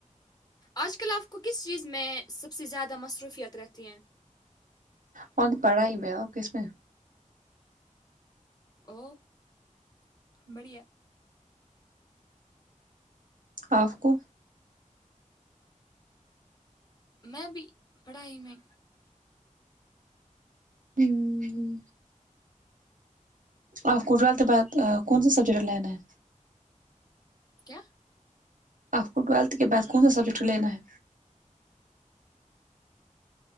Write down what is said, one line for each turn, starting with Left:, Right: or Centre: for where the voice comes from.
Left: اج کل اپ کو کس چیز میں سب سے زیادہ مصروفیت رہتی ہیں
Right: اور پڑھائی میں اور کس میں
Left: او بڑیا
Right: اف کو
Left: میں بھی پڑھائی میں
Right: ہی ہوں ہوں آپ کو ٹرییلت بعد کون سا سبجیکٹ لینا ہے
Left: کیا
Right: آپکو ٹویلتھ کے بع کون سا سبجیکٹ لینا ہے